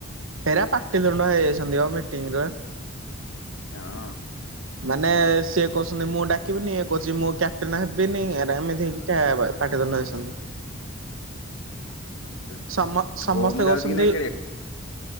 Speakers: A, on the right; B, on the left.
A: ଏରା ପାଟି ତୁଣ୍ଡ ହେଇଯାଇଛନ୍ତି ପା ମିଟିଂରେ।
B: ହଁ।
A: ମାନେ ସିଏ କହୁଛନ୍ତି ମୁଁ ଡାକିବିନି ଇଏ କହୁଛି ମୁଁ କ୍ୟାପ୍ଟେନ ହେବିନି ଏରା ଏମିତି ଟା ବା ପାଟିତୁଣ୍ଡ ହେଇଛନ୍ତି।
B: ଆଚ୍ଛା।
A: ସମ ସମସ୍ତେ
B: ଓମ୍ ଯାଉଛି
A: ଗଉଛନ୍ତି।
B: କି ନାଇଁ